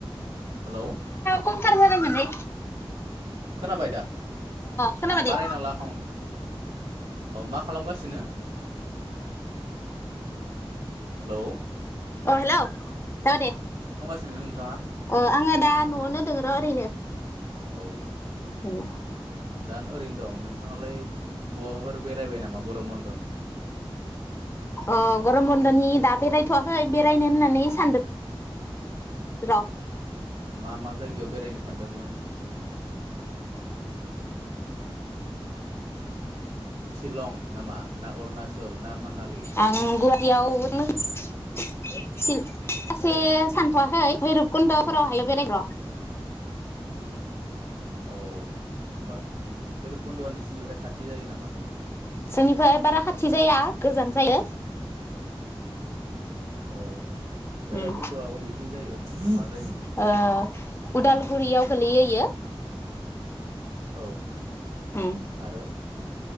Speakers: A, on the right; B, on the left.
A: हेल'
B: खमथारबार माने
A: खोनाबाय दा
B: खोनाबाय
A: बाराय
B: दे
A: ना ला खाव औ मा खालामगासिनो? हेलौ
B: अ हेल' जाबाय दे
A: दिनै नोंथाङा
B: ओ आङो दा न'आवनो दङ र' ओरैनो
A: औ
B: ओम
A: दा ओरैनो दं नोंथाङालाय बहाफोर बेरायबाय नामा गरम बन्द'नि?
B: अ गरम बन्दनि दा बेरायथ'वाखै बेरायनो होननानै सानदों र'
A: मा मा जायगायाव बेरायनो सानदोंमोन? सिलं नामा ना अरुणचल ना मा ना?
B: आङो गुवा टियावनो <unintelligible> सासे सानथ'वाखै भैरब खुन्द'फोरावहायल बेरायग' र'
A: औ बा भैरबखुन्द'आ नोंसिनिफ्राय खाथि जायो नामा?
B: जोंनिफ्राय बारा खाथि जाया गोजान जायो
A: औ भैराबकुन्द'आ
B: उम
A: अबेथिं जायो? <unintelligible>
B: ओ उदालगुरियाव गोलैयोयो
A: औ
B: उम
A: आरो